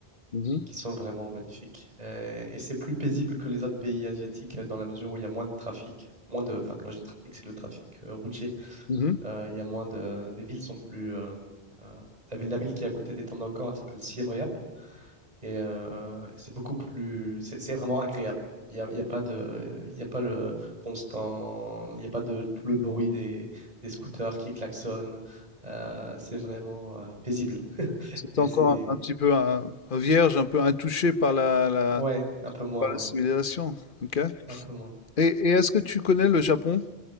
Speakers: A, on the left; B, on the right.
A: Mmh mh.
B: qui sont vraiment magnifiques. Euh, et c'est plus paisible que les autres pays asiatiques euh, dans la mesure où il y a moins de trafic. Moins de, enfin, quand je dis trafic, c'est le trafic euh, routier.
A: Mmh
B: Euh, il y a moins de, les villes sont plus. euh, euh, la ville, la ville qui est à côté des temples d'Angkor, elle s'appelle Siem Reap. Et, euh, et c'est beaucoup plus, c'est c'est vraiment agréable. Il n'y a, il y a pas de, il y a pas le constant, il n'y a pas de tout le bruit des, des scooters qui klaxonnent. Euh, c'est vraiment euh, paisible. <laughs> Et
A: encore
B: c'est,
A: un un petit peu un un vierge, un peu intouché par la la
B: ouais, un peu moins,
A: par la
B: ouais,
A: civilisation. OK. Et
B: un peu moins.
A: et est-ce que tu connais le Japon?